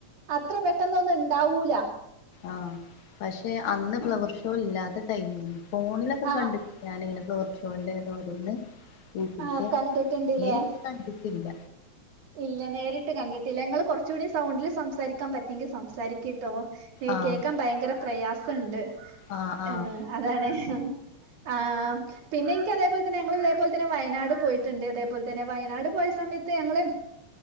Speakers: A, on the right (about 85°); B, on the left (about 75°).
A: അത്ര പെട്ടെന്ന ഒന്നും ഇണ്ടാവൂല
B: ആഹ പക്ഷെ അന്ന് ഫ്ലവർ ഷോ ഇല്ലാത്ത ടൈം ഫോണിലൊക്കെ
A: ആഹ്
B: കണ്ട ഞാന ഇങ്ങനെ ഫ്ലവർ ഷോരോന്ന് കൂട്ടിയിട്ട്
A: ആഹ് കണ്ടിട്ടുണ്ട്ല്ലേ
B: നേരിട്ട് കണ്ടിട്ടില്ല
A: ഇല്ല നേരിട്ട് കണ്ടിട്ടില്ല ഇങ്ങള് കുറച്ചുകൂടി സൗണ്ടിൽ സംസാരിക്കാൻ പറ്റെങ്ക സംസാരിക്കട്ട കേട്ടോ
B: ആഹ്
A: കേൾക്കാൻ ഭയങ്കര പ്രയാസം ണ്ട്
B: ആഹ് ആഹ്
A: ആ അതാണ് ആ പിന്നെ എനിക്ക് അതേപോലെ തന്നെ ഞങ്ങൾ ഇതേപോലെ തന്നെ വയനാട് പോയിട്ടുണ്ട് അതേപോലെ തന്നെ വയനാട് പോയ സമയത്ത് ഞങ്ങള്